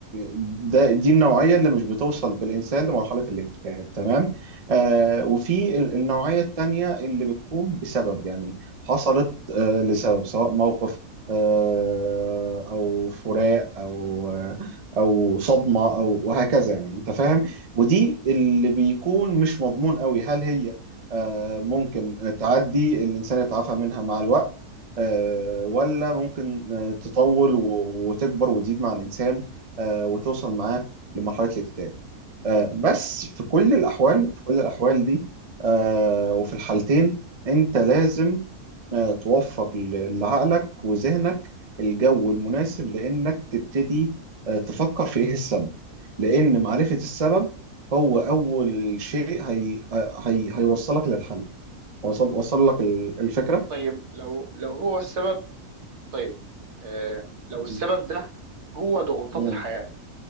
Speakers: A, on the right; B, on the right.
A: ده دي النوعيه اللي مش بتوصل بالانسان لمرحله الاكتئاب تمام آه، وفي ال- النوعية التانية اللي بتكون بسبب يعني حصلت آه، لسبب سواء موقف آه، أو فراق أو آه، أو صدمة أو وهكذا يعني أنت فاهم ودي اللي بيكون مش مضمون قوي هل هي آه، ممكن تعدي الإنسان يتعافى منها مع الوقت آه، ولا ممكن آه، تطول و- وتكبر وتزيد مع الإنسان آه، وتوصل معاه لمرحلة الاكتئاب آه، بس في كل الأحوال في كل الأحوال دي آه، وفي الحالتين أنت لازم آه، توفر ل- لعقلك وذهنك الجو المناسب لأنك تبتدي آه، تفكر في إيه السبب لأن معرفة السبب هو أول شيء هي آه، هي هيوصلك للحل وصل وصل لك ال- الفكرة
B: طيب لو لو هو السبب طيب آه لو
A: م-
B: السبب ده هو ضغوطات
A: م-
B: الحياه